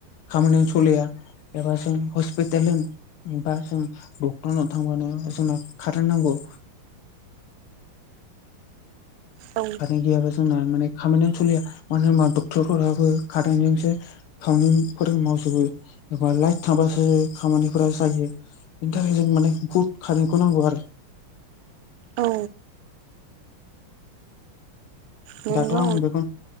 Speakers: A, on the left; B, on the right.
A: खामानियानो सलिया एबा जों हस्पिटाल होन बा जों डक्टरनाव थांबानो जोंनो कारेन्ट नांगौ
B: औ
A: कारेन्ट गैयाबा जोंना माने खामानियानो सोलिया मानो होनबा डक्टरफोराबो कारेन्टजोंसो खामानिफोर मावजोबो एबा लाइट थाबासो खामानिफोरा जायो। बेनि थाखाय जों माने बुहुत कारेन्टखौ नांगौ आरो।
B: औ। नंगौ
A: दाथ' आं बेखौ।